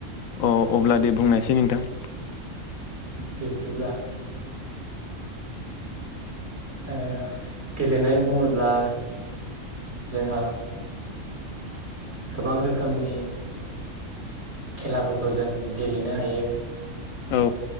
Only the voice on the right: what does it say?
बिबदिब्ला। ओ गेलेनाय बुङोब्ला जोंहा गोबां रोखोमनि खेलाफोरखौ जों गेलेनो हायो।